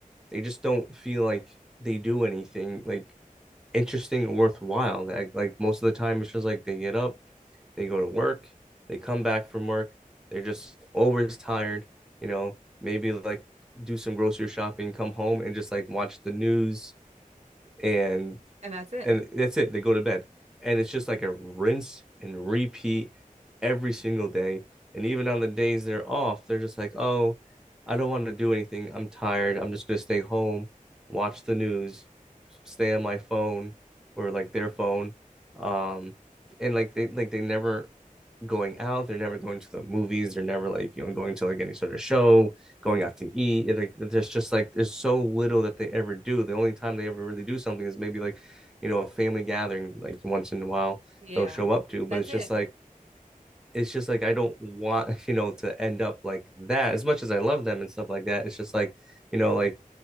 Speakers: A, in the centre; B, on the right.
A: they just don't feel like they do anything like interesting or worthwhile. Like, like most of the time, it's just like they get up. They go to work, they come back from work, they're just always tired, you know, maybe like do some grocery shopping, come home and just like watch the news and
B: And that's it.
A: and that's it. They go to bed. And it's just like a rinse and repeat every single day. And even on the days they're off, they're just like, oh, I don't want to do anything. I'm tired. I'm just gonna stay home, watch the news, stay on my phone or like their phone. Um, and like they like they never going out. They're never going to the movies. They're never like you know going to like any sort of show, going out to eat. It, like there's just like there's so little that they ever do. The only time they ever really do something is maybe like you know a family gathering like once in a while
B: Yeah.
A: they'll show up to,
B: That's
A: but it's
B: it.
A: just like it's just like I don't want, <laughs> you know, to end up like that. As much as I love them and stuff like that, it's just like, you know, like